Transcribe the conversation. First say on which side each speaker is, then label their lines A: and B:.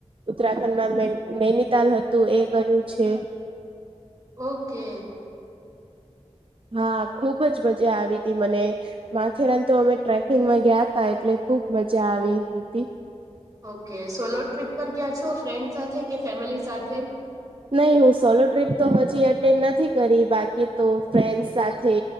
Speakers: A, on the right; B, on the right.
A: ઉત્તરાખંડમાં નૈનીતાલ હતું એ કર્યું છે
B: ઓકે
A: હા ખુબ જ મજા આવી હતીી મને માથેરાન તો અમે ટ્રેકિંગમાં ગયા તા એટલે ખુબ મજા આવી હતી
B: ઓકે સોલો ટ્રીપ પર ગયા છો ફ્રેન્ડ સાથે કે ફેમિલી સાથે
A: નહી હું સોલો ટ્રીપ તો હજી એટેન્ડ નથી કરી બાકી તો ફ્રેન્ડ સાથે